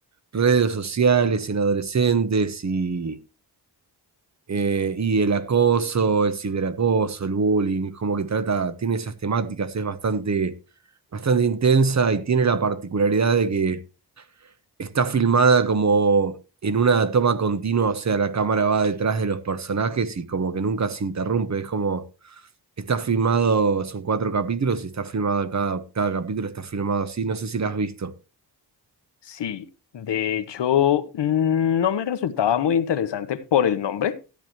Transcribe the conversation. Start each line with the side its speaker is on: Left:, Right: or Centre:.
Right: redes sociales en adolescentes y eh, y el acoso, el ciberacoso, el bullying, como que trata, tiene esas temáticas, es bastante, bastante intensa y tiene la particularidad de que está filmada como en una toma continua, o sea, la cámara va detrás de los personajes y como que nunca se interrumpe, es como, está filmado, son cuatro capítulos y está filmado cada, cada capítulo, está filmado así, no sé si la has visto.
Left: Sí, de hecho, mm, no me resultaba muy interesante por el nombre.